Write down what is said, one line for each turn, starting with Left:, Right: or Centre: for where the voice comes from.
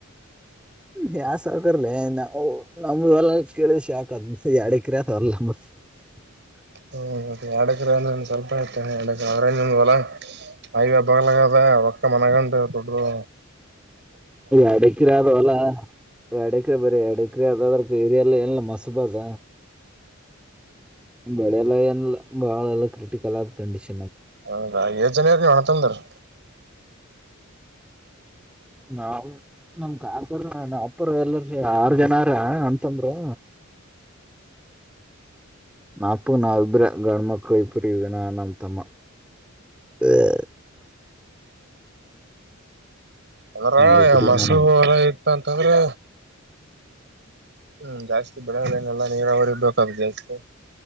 Centre: ಯಾ ಸೌಕರ್ಲಿ ನಾವ್ ನಮ ಎಲ್ಲ ಕೇಳಿದ ಶಾಕ್ ಅದ ಯಡ ಕ. <unintelligible>
Right: ಹ್ಮ ಮತ್ತೆ ಎಡ್ ಎಕ್ರೆ ಅಂದ್ರ ಸ್ವಲ್ಪೇ ಅಹಿತ್ಯ ಆದ್ರಗ ಹೊಲ. ಅಂಗೆ ಬಾಗಲಾಗದ ಹೊಕ್ಕ ಮನಗಂಡ ದೊಡ್ಡುವವ.
Centre: ಎಡ ಎಕರೆ ಆದ ಹೊಲ ಎಡ ಎಕರೆ ಬರೆ ಎಡ ಎಕರೆ ಆದ ಬರೆ. ಏರಿಯಲ್ಲಿ ಎಲ್ಲ ಮಸುಬ ಅದ. ಬಳೆಲ್ಲ ಏನಿಲ್ಲ ಬಾಳ ಎಲ್ಲ ಕ್ರಿಟಿಕಲ್ ಆದ್ ಕಂಡೀಷನ
Right: ಹೌದ ಏಜ್ ಜನ ಇರಿ ನೀವ್ ಅಣ್ಣ ತಮ್ಮ ದೋರು.
Centre: ನಾವ್ ನಮ ಕಾಕ್ ದರು ನಾವ ಅಪ್ಪರ ಎಲ್ಲರ ಆರು ಜನ ಆರ ಅಣ್ಣ ತಮ್ಮಂದಿರು. ನತ್ತು ನಾವಿಬ್ರ ಗಂಡ ಮಕ್ಳ ಇಬ್ರು ಇವಿ ನಾನು ನಮ ತಮ್ಮ. <unintelligible>
Right: ಆದ್ರಗ
Centre: ನಾ ಇಬ್ರು
Right: ಮಾಸೂರು.
Centre: ನಮ್
Right: ಅಂತಂದ್ರೆ ಹ್ಮ್ ಜಾಸ್ತಿ ಬೆಳೆದನೆಲ್ಲ ನೀರಾವರಿ ಬೇಕಾದು ಜಾಸ್ತಿ.